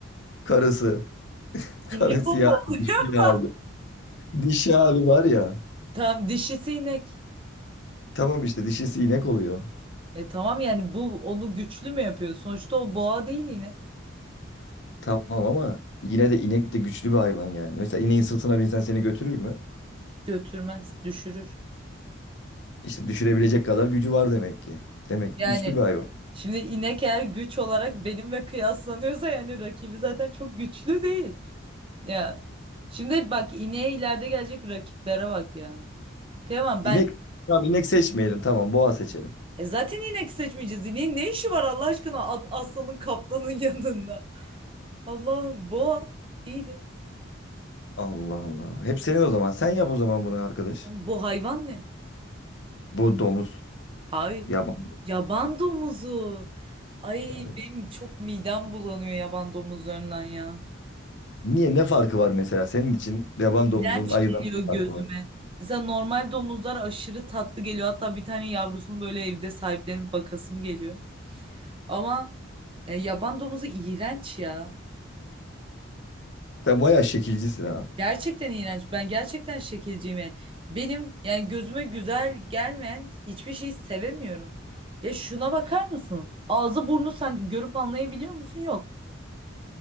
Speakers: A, on the left; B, on the right.
A: Karısı.
B: İnek
A: Karısı
B: o mu?
A: yani
B: oluyor?
A: dişi
B: <laughs>
A: hali. Dişi hali var ya.
B: Tamam dişisi inek.
A: Tamam işte dişisi inek oluyor.
B: E tamam yani bu onu güçlü mü yapıyor? Sonuçta o boğa değil yine.
A: Tamam ama yine de inek de güçlü bir hayvan yani. Mesela ineğin sırtına binsen seni götürür mü?
B: Götürmez, düşürür.
A: İşte düşürebilecek kadar gücü var demek ki. Demek
B: Yani
A: ki güçlü bir hayvan.
B: şimdi inek eğer güç olarak benimle kıyaslanıyorsa yani rakibi zaten çok güçlü değil. Ya şimdi bak ineğe ileride gelecek rakiplere bak ya. Kıyamam ben
A: İnek, tamam inek seçmeyelim tamam boğa seçelim.
B: e zaten inek seçmeyeceğiz. İneğin ne işi var Allah aşkına at- aslanın kaplanın <laughs> yanında. Allah'ım boğa iyidir.
A: Allah Allah. Hep senin o zaman. Sen yap o zaman bunu arkadaş.
B: Ama Bu hayvan ne?
A: Bu domuz.
B: Hayır.
A: Yaban.
B: Yaban domuzu. Ay
A: Evet.
B: benim çok midem bulanıyor yaban domuzlarından ya.
A: Niye? Ne farkı var mesela? Senin için yaban domuzunun
B: İğrenç
A: ayıdan
B: geliyor
A: ne
B: gözüme.
A: farkı var.
B: Mesela normal domuzlar aşırı tatlı geliyor. Hatta bir tane yavrusunu böyle evde sahiplenip bakasım geliyor. Ama ya yaban domuzu iğrenç ya.
A: Sen bayağı şekilcisin ha.
B: Gerçekten iğrenç. Ben gerçekten şekilciyim yani. Benim yani gözüme güzel gelmeyen hiçbir şeyi sevemiyorum. Ya şuna bakar mısın? Ağzı burnu sen görüp anlayabiliyor musun? Yok.